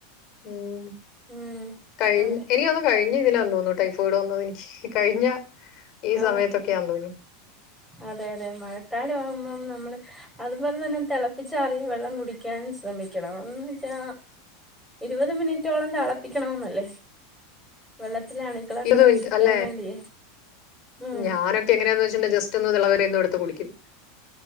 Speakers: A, on the left (about 50°); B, in the centre.
A: ഉം
B: ഉം
A: കഴിഞ്
B: അതെ
A: എനിക്കോന്നുന്നു കഴിഞ്ഞ തിലാ തോന്നുന്നു ടൈഫോയ്ഡ് വന്നതെനിക്ക് കഴിഞ്ഞ ഈ
B: ആ
A: സമയത്തൊക്കെയാന്ന് തോന്നുന്നു
B: അതെ യതെ മഴക്കാലം ആവുമ്പം നമ്മള് അത്പോലെ തന്നെ തെളപ്പിച്ചാറിയാ വെള്ളം കുടിക്കാൻ ശ്രമിക്കണം എന്ന് വെച്ചാ ഇരുപത് മിനിറ്റോളം തെളപ്പിക്കണംന്നല്ലേ വെള്ള ത്തിലെ അണുക്കളൊക്കെ
A: ഇരുപത്
B: നശിക്കാൻ
A: മിനിറ്റ് അല്ലെ
B: വേണ്ടിയേ ഉം
A: ഞാനൊക്കെ എങ്ങനെയാന്ന് വെച്ച്ണ്ടെ ജെസ്‌റ്റൊന്ന് തെളവന്നായ്ന്ന് എട്ത്ത് കുടിക്കും.